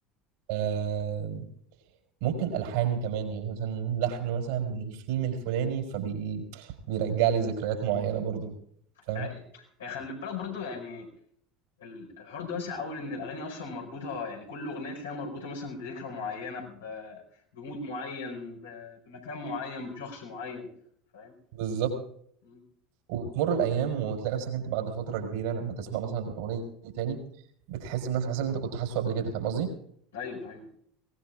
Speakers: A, on the right; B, on the left.
A: آه ممكن الحان كمان يعني مثلا لحن مثلا من الفيلم الفلاني فبي بيرجع لي ذكريات معينه برضو فاهم
B: يعني خلي بالك برضو يعني ال- الحوار ده واسع قوي ان الاغاني اصلا مربوطه يعني كل اغنيه تلاقيها مربوطه مثلا بذكرى معينه ب- بمود معين ب- بمكان معين بشخص معين فاهم
A: بالظبط
B: مم.
A: وتمر الايام وتلاقي نفسك انت بعد فتره كبيره لما تسمع مثلا الاغنيه دي تاني بتحس بنفس الاحساس اللي انت كنت حاسه قبل كده فاهم قصدي
B: ايوه ايوه